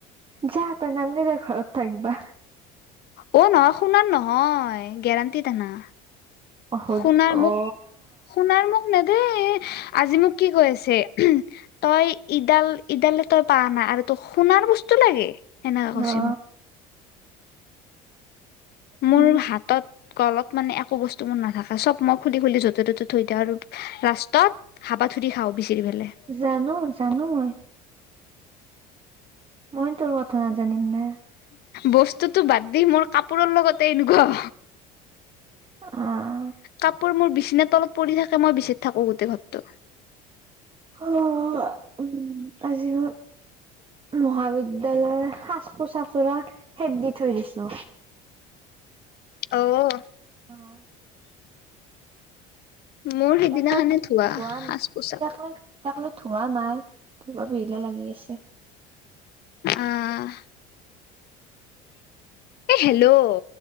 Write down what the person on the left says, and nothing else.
অ', নহয়, সোণৰ নহয়, গেৰাণ্টিত আনা।
শুনাৰ মোক,
শুনাৰ মোক নেদেই, আজি মোক কি কৈ আছে? তই ইডাল, ইডালে তই পাৱ না, আৰু তই সোণৰ বস্তু লাগে। সেনেকাে কৈছি
মোক।
মোৰ হাতত, গলত মানে, একো বস্তু মোৰ নাথাকে, চব মই খুলি খুলি য'তে-ত'তে থৈ দিওঁ আৰু। ৰাস্তাত হাপাথুৰি খাওঁ, বিচাৰ পেলাই।
বস্তুতো বাদ দি, মোৰ কাপোৰৰ লগতে এনেকুৱা।
কাপোৰ মোৰ বিচনা তলত পৰি থাকে, মই বিচাৰি থাকো গোটেই ঘৰটোত।
অঔ।
মোৰ সেইদিনাখনে
সাজ পোছাক
অ'। এ হেল্ল',